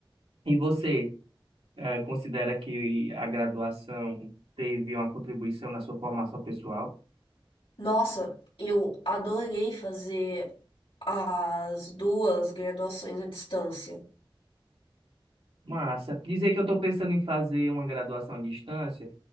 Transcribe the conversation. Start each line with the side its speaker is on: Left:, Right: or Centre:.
Right: E você? eh, considera que a graduação teve uma contribuição na sua formação pessoal?
Left: Nossa, eu adorei fazer as duas graduações à distância.
Right: Massa. Dizer que eu estou pensando em fazer uma graduação à distância,